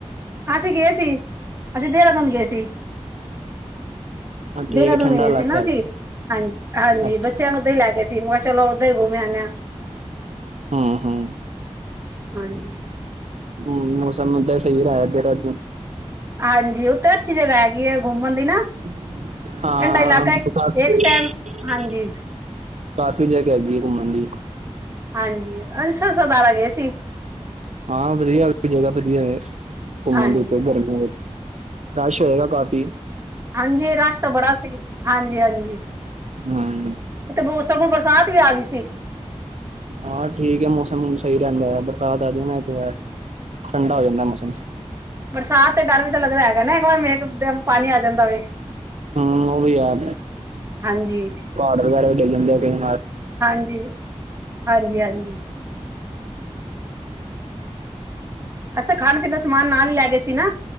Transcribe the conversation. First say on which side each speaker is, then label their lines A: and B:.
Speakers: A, on the right; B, on the right.
A: ਅਸੀਂ ਗਏ ਸੀ। ਅਸੀਂ ਦੇਹਰਾਦੂਨ ਗਏ ਸੀ।
B: ਹਾਂ ਠੀਕ
A: ਦੇਹਰਾਦੂਨੀ
B: ਹੈ ਠੰਡਾ
A: ਗਏ
B: ਇਲਾਕਾ
A: ਸੀ। ਨਾ ਅ
B: ਹੈਗਾ
A: ਹਾਂਜੀ, ਹਾਂਜੀ
B: ਅੱਛਾ
A: ਬੱਚਿਆਂ ਨੂੰ ਉੱਦਾਂ ਹੀ ਲੈ ਗਏ ਸੀ ਮੈਂ ਚਲੋ ਉਦਾਂ ਹੀ ਗੁੰਮਦੇ ਹਾਂ।
B: ਹਾਂ ਹਾਂ।
A: ਹਾਂਜੀ।
B: ਹੋਰ ਮੌਸਮ ਉੱਧਰ ਸਹੀ ਹੈ ਦੇਹਰਾਦੂਨ।
A: ਹਾਂਜੀ, ਉੱਥੇ ਅੱਛੀ ਜਗ੍ਹਾ ਹੈਗੀ ਹੈ। ਘੁੰਮਣ, ਦੀ ਨਾ
B: ਹਾਂ
A: ਠੰਡਾ ਇਲਾਕਾ
B: <unintelligible>
A: ਇੱਕ ਟਾਈਮ ਹਾਂਜੀ
B: ਕਾਫ਼ੀ ਜਗ੍ਹਾ ਹੈਗੀ ਹੈ ਘੁੰਮਣ ਦੀ।
A: ਹਾਂਜੀ <unintelligible> ਗਏ ਸੀ।
B: ਹਾਂ ਵਧੀਆ ਜਗ੍ਹਾ ਵਧੀਆ ਘੁੰਮਣ
A: ਹਾਂਜੀ
B: ਦੇ ਉੱਤੇ ਗਰਮੀਆਂ, ਰਸ਼ ਹੋਏਗਾ ਕਾਫੀ।
A: ਹਾਂਜੀ, ਰਸ਼ ਤਾਂ ਬੜਾ ਸੀ ਹਾਂਜੀ, ਹਾਂਜੀ।
B: ਹੂੰ
A: ਤੇ ਸਗੋਂ ਬਰਸਾਤ ਵੀ ਆ ਗਈ ਸੀ।
B: ਹਾਂ ਠੀਕ ਹੈ ਮੌਸਮ ਸਹੀ ਰਹਿੰਦਾ ਹੈ ਬਰਸਾਤ ਆ ਜਾਣਾ ਇੱਕ ਵਾਰ ਠੰਡਾ ਹੋ ਜਾਂਦਾ ਮੌਸਮ।
A: ਬਰਸਾਤ ਤੇ ਡਰ ਵੀ ਤਾਂ ਲੱਗਦਾ ਹੈਗਾ। ਨਾ ਇੱਕ ਵਾਰ ਮੇਘ ਪਾਣੀ ਆ ਜਾਂਦਾ <unintelligible>
B: ਹਾ ਉਹ ਵੀ ਹੈ
A: ਹਾਂਜੀ,
B: ਪਹਾੜ ਵਗੈਰਾ ਵੀ ਡੀਗ ਜਾਦੇ ਨੇ।
A: ਹਾਂਜੀ, ਹਾਂਜੀ, ਹਾਂਜੀ। ਅੱਛ ਤਾਂ ਖਾਣ, ਪੀਣ ਦਾ ਸਮਾਨ ਨਾਲ ਹੀ ਲੈ ਗਏ ਸੀਨਾ।